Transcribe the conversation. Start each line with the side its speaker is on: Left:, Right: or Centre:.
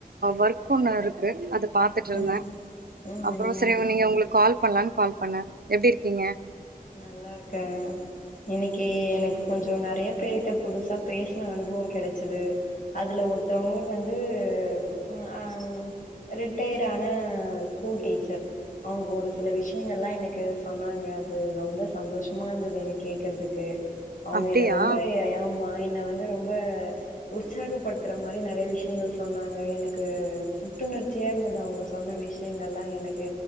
Right: ஒர்க் ஒண்ணு இருக்கு அத பாத்துட்டு இருந்த
Left: ம் ம்
Right: அப்புற சரி
Left: ம்
Right: நீங்க உங்களுக்கு கால் பண்ணலான் கால் பண்ண எப்டி இருக்கீங்க
Left: நல்லா இருக்க இன்னிக்கு எனக்கு கொஞ்சோ நெறைய பேர் கிட்ட புதுசா பேசின அனுபவோ கெடச்சுது அதுல ஒருத்தவங்க வந்து ம் அ ரிட்டயர் ஆன ஸ்கூல் டீச்சர் அவங்க ஒரு சில விஷயங்கல்லா எனக்கு சொன்னாங்க அது ரொம்ப சந்தோஷமா இருந்தது என்ன கேக்குறதுக்கு அவங்க
Right: அப்டியா
Left: என்ன ரொம்ப ஏமா என்ன வந்து ரொம்ப உற்சாகப்படுத்துற மாரி நறைய விஷயங்கள் சொன்னாங்க எனக்கு புத்துணர்ச்சியாருந்தது அவங்க சொன்ன விஷ எங்கல்லா எனக்கு